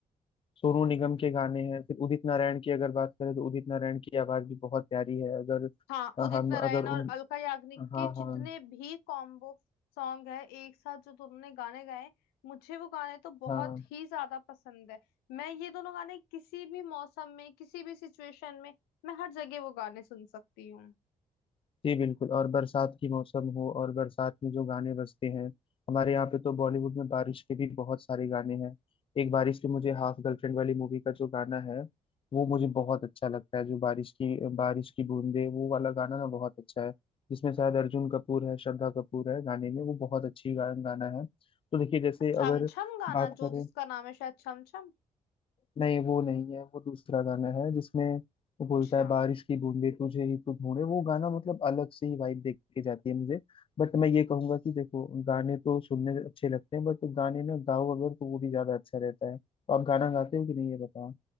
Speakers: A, on the left; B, on the left.
A: सोनू निगम के गाने हैं फिर उदित नारायण की अगर बात करें तो उदित नारायण की आवाज भी बहुत प्यारी है अगर
B: हाँ
A: अ,
B: उदित
A: हम
B: नारायण
A: अगर
B: और
A: उन
B: अलका याग्निक
A: हाँ
B: के
A: हाँ
B: जितने भी कॉम्बो सॉन्ग है एक साथ जो दोनों ने गाने गाए मुझे वो गाने तो बहुत
A: हाँ
B: ही ज्यादा पसंद है मैं ये दोनों गाने किसी भी मौसम में किसी भी सिचुएशन में मैं हर जगह वो गाने सुन सकती हूँ
A: जी बिल्कुल और बरसात की मौसम हो और बरसात में जो गाने बजते हैं हमारे यहाँ पे तो बॉलीवुड में बारिश के भी बहुत सारे गाने हैं एक बारिश के मुझे हाफ गर्लफ्रेंड वाली मूवी का जो गाना है वो मुझे बहुत अच्छा लगता है जो बारिश की बारिश की बूंदे वो वाला गाना ना बहुत अच्छा है जिसमें शायद अर्जुन कपूर है श्रद्धा कपूर है गाने में वो बहुत अच्छी गा, गाना है तो देखिए जैसे
B: छम
A: अगर
B: छम गाना
A: बात
B: जो
A: करें
B: जिसका नाम है शायद छम छम
A: नहीं वो नहीं है वो दूसरा गाना है जिसमें वो
B: अच्छा
A: बोलता है बारिश की बूंदे तुझे ही तो ढूंढे वो गाना मतलब अलग से ही वाइब देके के जाती है मुझे बट मैं ये कहूंगा कि देखो गाने तो सुनने अच्छे लगते हैं बट गाने में गाओ अगर तो वो भी ज्यादा अच्छा रहता है तो आप गाना गाते हो कि नहीं ये बताओ